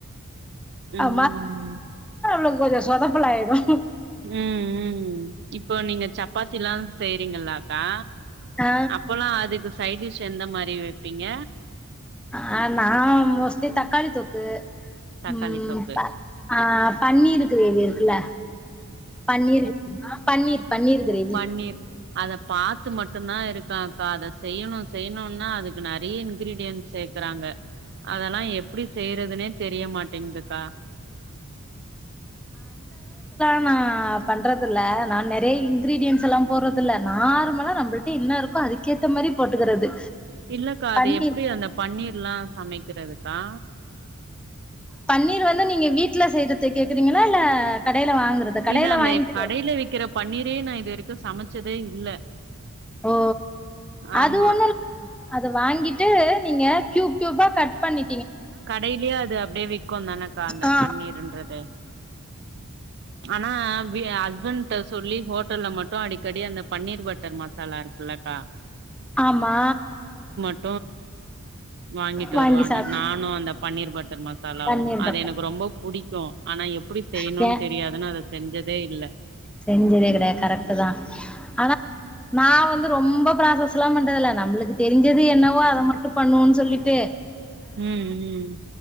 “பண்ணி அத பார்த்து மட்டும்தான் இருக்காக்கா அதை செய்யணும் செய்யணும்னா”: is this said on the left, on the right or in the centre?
Right